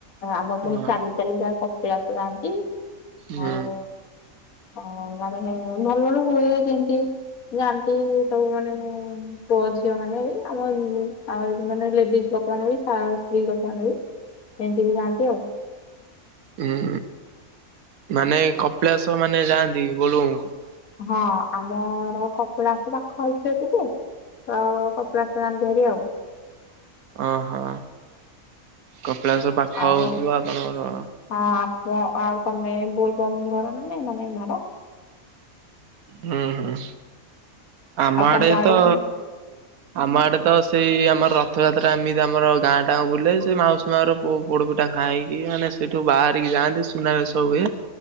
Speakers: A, on the left (about 75°); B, on the right (about 80°).
A: ଆମ ପୁଣି
B: ହଁ
A: ଚାଲି ଚାଲି ଟା କପିଳା ଆସ ଯାଆନ୍ତି
B: ହୁଁ
A: ଆଉ ହଁ ମାନେ ଭଲ ର ହୁଏ ଯେମିତି ଯାଆନ୍ତି ସବୁ ମାନେ ପୁଅ ଝିଅ ମାନେ ବି ଆମ ଆ ମାନେ ଲେଡିଜ ଲୋକ ମାନେ ବି ସ୍ତ୍ରୀ ଲୋକ ମାନ ବି ଏମିତି ବି ଖାଆନ୍ତି ଆଉ।
B: ହୁଁ ମାନେ କପିଳାସ ମାନେ ଯାଆନ୍ତି ବୋଲମକୁ।
A: ହଁ ଆମର କପିଳାସ ପାଖ ଆଖି ଯେତିକି ହଁ କପିଳାସ ଯାଆନ୍ତି ହେରି ଆଉ।
B: ଓହୋ କପିଳାସ ପାଖ
A: ଆଉ
B: ହଉଥିବ ଆପଣଙ୍କର।
A: ହଁ ଆପ ଆଉ ତମେ ବୋଲବମ୍ ଧର ନାଇ ମାନେ ବାର
B: ହୁଁ ହୁଁ। ଆମ
A: ଆଉ
B: ଆଡେ
A: ତମ
B: ତ
A: କେମିତି
B: ଆମ ଆଡେ ତ ସେଇ ଆମର ରଥଯାତ୍ରା ଏମିତି ଆମର ଗାଁ ଟାଙ୍କ ବୁଲେ ସେ ମାଉସୀ ମାର ପୋଡପିଠା ଖାଇକି ମାନେ ସେଇଠୁ ବା ଠିକି ଯାଆନ୍ତି ସୁନା ସବୁ ହୁଏ